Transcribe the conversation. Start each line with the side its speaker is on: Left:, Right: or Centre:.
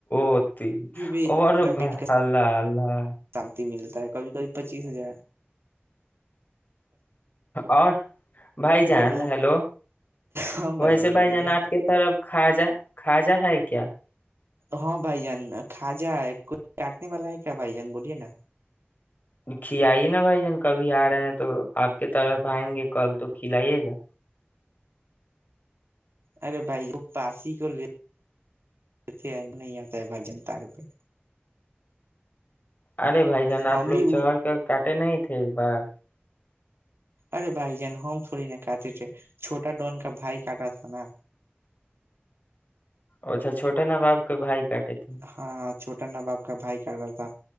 Left: <unintelligible>
Right: بھی
Left: اور
Right: میرا
Left: اللہ
Right: پیٹ کا
Left: اللہ
Right: شانتی ملتا کبھی کبھی پچیس ہزار
Left: اور بھائی جان
Right: بہت موٹا
Left: ہیلو
Right: ہاں
Left: ویسے بھائی
Right: بولیے
Left: جان آپ
Right: نا
Left: کے طرف کواجہ کھواجا ہے کیا
Right: ہاں بھائی جان کھاجا ہے کو کاٹنے والا ہے کیا بھائی جان بولیے نا
Left: کھلئیے نا بھائی جان کبھی آ رہے ہیں تو آپ کے طرف آئیں گے کل تو کھلائیے گا
Right: ارے بھائی وہ پاس ہی کو لی لیتے نہیں آتا ہے بھائی جان تار پہ
Left: ارے بھائی جان
Right: ہم
Left: آپ لوگ
Right: بھی
Left: چڑھ کر کاٹے نہیں ایکیک بار
Right: ارے بھائی جن ہو تھوڑی نہ کاتے تھے چھوٹا ڈون کا بھائی کاٹا تھا نا
Left: اچھا چھٹے نا باپ کے بھائی کاٹے تھے
Right: ہاں چھوٹا نا باپ کا بھائی کر رہا تھا